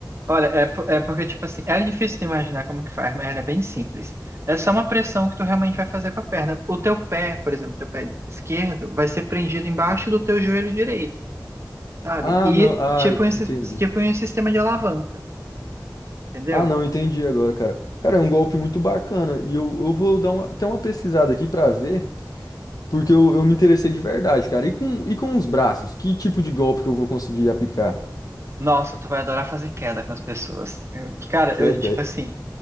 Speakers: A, on the right; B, on the left.
A: Olha, é, po- é porque, tipo assim, é difícil de imaginar como que faz, mas ela é bem simples. É só uma pressão que tu realmente vai fazer com a perna. O teu pé, por exemplo, teu pé esquerdo, vai ser prendido embaixo do teu joelho direito, sabe?
B: Ah,
A: E
B: não, ah,
A: tipo um, sis-
B: entendi.
A: tipo um sistema de alavanca, entendeu?
B: Ah, não, entendi agora, cara. Cara, é um golpe muito bacana e eu, eu vou dar uma- até uma pesquisada aqui pra ver, porque eu, eu me interessei de verdade, cara. E com, e com os braços, que tipo de golpe que eu vou conseguir aplicar?
A: Nossa, tu vai adorar fazer queda com as pessoas. Eu- cara,
B: Queda?
A: eu, tipo assim,